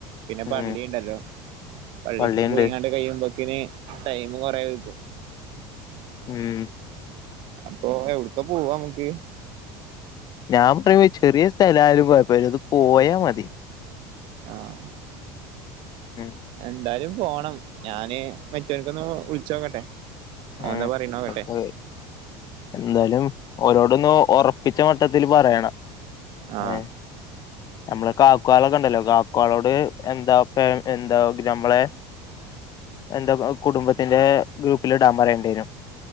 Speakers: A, on the right (about 60°); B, on the left (about 40°).
A: പിന്നെ പള്ളീണ്ടല്ലോ
B: ഉം
A: പള്ളീക്കും
B: പള്ളിയുണ്ട്
A: പോയ്ങ്ങാണ്ട് കയ്യ്മ്പക്ക്ന് ടൈമ് കൊറേ വെകും
B: മ്മ്
A: അപ്പൊ എവ്ട്ക്കാ പോവാ നമക്ക്
B: ഞാൻ പറയുമ്പേ ചെറ്യേ സ്ഥലായാലും കൊയപ്പല്ല ഒന്ന് പോയാ മതി
A: ആഹ്
B: ഉം
A: എന്തായാലും പോണം ഞാന് മറ്റവ്ര്ക്കൊന്ന് വിളിച്ചോക്കട്ടെ ഓൻന്താ
B: ഉം
A: പറീണോക്കെട്ടെ
B: അപ്പൊ എന്തായാലും ഓരോടൊന്ന് ഒറപ്പിച്ച മട്ടത്തില് പറയണം
A: ആഹ്
B: ഏഹ് ഞമ്മെളെ കാക്ക്വാളൊക്കെണ്ടല്ലോ കാക്ക്വാളോട് എന്താ പ്പെ എന്താ ഞമ്മെളെ
A: <inaudible>
B: എന്താപ്പം കുടുംബത്തിന്റെ ഗ്രൂപ്പ്ലിടാൻ പറ്യേണ്ടേരും